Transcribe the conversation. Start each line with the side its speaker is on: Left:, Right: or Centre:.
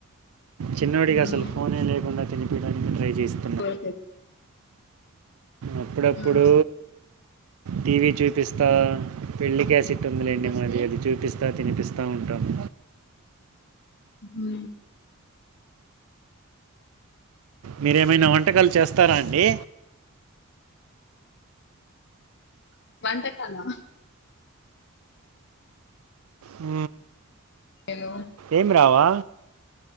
Right: చిన్నోడికి
Left: మ్మ్
Right: అసలు ఫోనే లేకుండా తినిపియడానికి ట్రై చేస్త
Left: ఓకే
Right: అప్పుడప్పుడు
Left: మ్మ్
Right: టీవీ చూపిస్తా పెళ్ళి క్యాసిట్ ఉందిలేండి మాది అది చూపిస్తా తినిపిస్తా ఉంటాము
Left: ఉ
Right: మీరేమైనా వంటకాలు చేస్తారా అండి
Left: వంటకాలా
Right: ఊ
Left: హలో
Right: ఏమి రావా